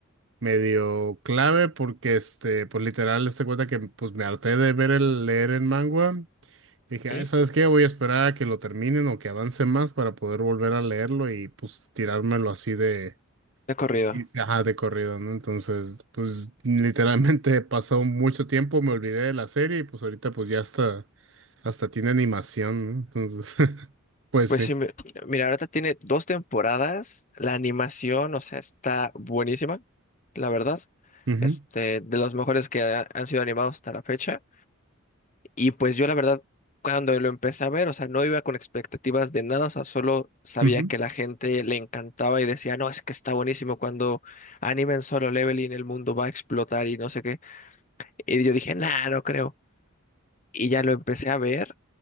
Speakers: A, on the right; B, on the left.
A: medio clave porque, este, pues literal, este cuenta que pues me harté de ver el, leer el manga. Dije,
B: Sí.
A: ay, ¿sabes qué? Voy a esperar a que lo terminen o que avance más para poder volver a leerlo y pues tirármelo así de
B: De corrido.
A: y sí, Ajá, de corrido, ¿no? Entonces, pues literalmente <laughs> pasó mucho tiempo, me olvidé de la serie y pues ahorita pues ya hasta, hasta tiene animación, ¿no? Entonces, <laughs> pues
B: Pues
A: sí.
B: sí, mi- mira, ahorita tiene dos temporadas, la animación, o sea, está buenísima, la verdad.
A: Ujú,
B: este, de los mejores que ha- han sido animados hasta la fecha. Y pues yo la verdad, cuando lo empecé a ver, o sea, no iba con expectativas de nada, o sea, solo sabía
A: ujú,
B: que la gente le encantaba y decía, no, es que está buenísimo cuando animen Solo Leveling, el mundo va a explotar y no sé qué. Y yo dije, nah, no creo. Y ya lo empecé a ver